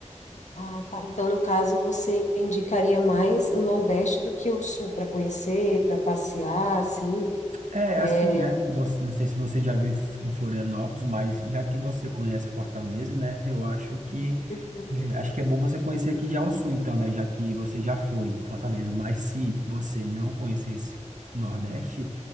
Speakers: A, on the left; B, on the right.
A: Ah, tá. Então, no caso, você indicaria mais o Nordeste do que o Sul para conhecer, para passear, assim?
B: É,
A: É...
B: assim, né? Você, não sei se você já veio em F- em Florianópolis, mas já que você conhece Fortaleza, né? Eu acho que
A: Uhum,
B: é, acho que é bom você conhecer aqui já o Sul, então, né? Já que você já foi em Fortaleza. Mas se você não conhecesse o Nordeste,